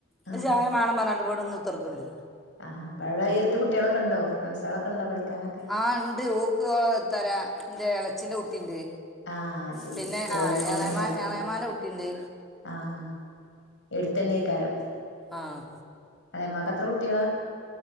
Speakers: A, on the left (about 60°); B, in the centre.
A: ആഹ്
B: ഒരു ചായമാണം പർഞ്ഞാണ്ട് വടെന്ന് കുത്തർക്ക്ണ്ട്
A: <unintelligible> എട്ത്ത് കുട്ട്യാളൊക്കെണ്ടോ ഫ്രണ്ട്സാളൊക്കെണ്ടോ കളിക്കാനൊക്കെ
B: ആഹ് ണ്ട് ഓക്ക് എത്താ പറയാ ഇന്റെ ഇളച്ചിന്റെ കുട്ടിണ്ട്
A: ആഹ് അത് ശരി
B: പിന്നെ
A: പോലപ്പോ
B: ആ എളേമാ
A: അങ്ങനെ കളിക്കൂ
B: എളേമാന്റെ കുട്ടിണ്ട്.
A: ആഹ് എടുത്തന്നെക്കാരം.
B: ആഹ്.
A: എളേമാക്ക് എത്ര കുട്ടികളാ?